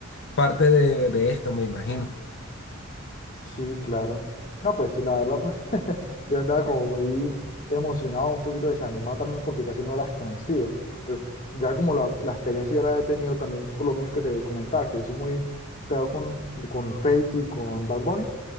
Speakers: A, on the left (about 55°); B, on the left (about 40°).
A: Parte de, de esto, me imagino.
B: Sí, claro. No, pues la verdad, pues <laughs> yo andaba como muy emocionado, un poquito desanimado también porque casi no las consigo. Pero ya como la, la experiencia ya la he tenido también por lo mismo que te comentaba, que soy muy pegado con, con Feid y con Bad Bunny,